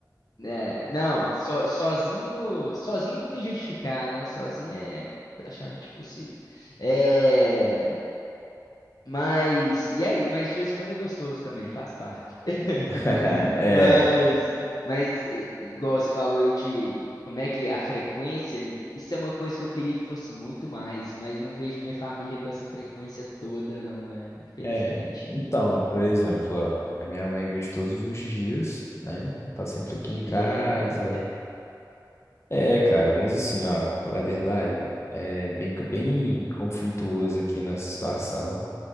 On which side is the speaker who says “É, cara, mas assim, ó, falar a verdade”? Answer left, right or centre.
Left